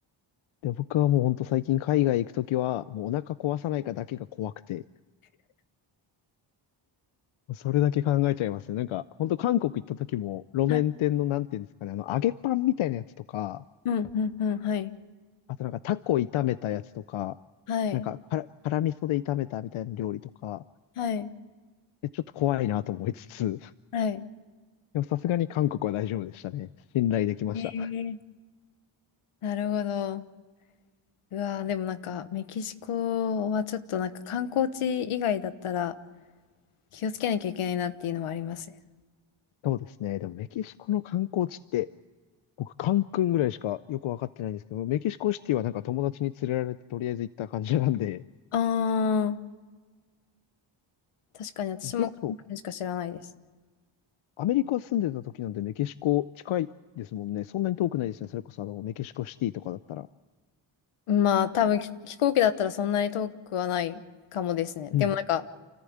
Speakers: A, on the left (about 70°); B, on the left (about 80°).
A: で、僕はもうほんと最近海外行くときは、もうお腹壊さないかだけが怖くて、それだけ考えちゃいますね。なんか、ほんと韓国行ったときも、路面店のなんていうんですかね、
B: はい。
A: あの、揚げパンみたいなやつとか、
B: うん、うん、うん、はい。
A: あとなんかタコ炒めたやつとか、
B: はい。
A: なんか、から、辛味噌で炒めたみたいな料理とか、
B: はい。
A: えちょっと怖いなと思いつつ、
B: はい。
A: でもさすがに韓国は大丈夫でしたね。信頼できました。
B: ええ。なるほど。うわー、でもなんか、メキシコはちょっとなんか観光地以外だったら気をつけなきゃいけないなっていうのはありますね。
A: そうですね。でもメキシコの観光地って、僕、カンクンぐらいしかよくわかってないんですけど、メキシコシティはなんか友達に連れられてとりあえず行った感じなんで、
B: あー、確かに私も韓国しか知らないです。
A: それこそアメリカ住んでた時なんでメキシコ近いですもんね。そんなに遠くないですね。それこそあのメキシコシティとかだったら。
B: まあ、多分き飛行機だったらそんなに遠くはないかもですね。
A: うん。
B: でもなんか、